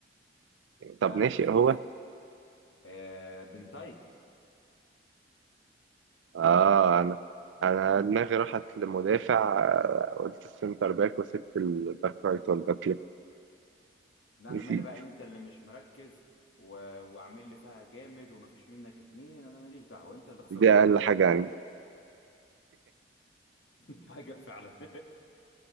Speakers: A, on the left; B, on the right.
A: لا
B: طب ناشئ
A: ركز كويس
B: هو
A: آه بنتايك
B: آه أنا أنا دماغي راحت لمدافع آه، قلت السنتر باك وسبت الباك رايت والباك ليفت
A: لا
B: نسيت
A: انا مالي بقى انت اللي مش مركز و... وعامل لي فيها جامد ومفيش منك اتنين انا ماليش دعوه انت اللي خسرت
B: دي أقل
A: يا باشا
B: حاجة عندي
A: <laughs> حاجه فعلا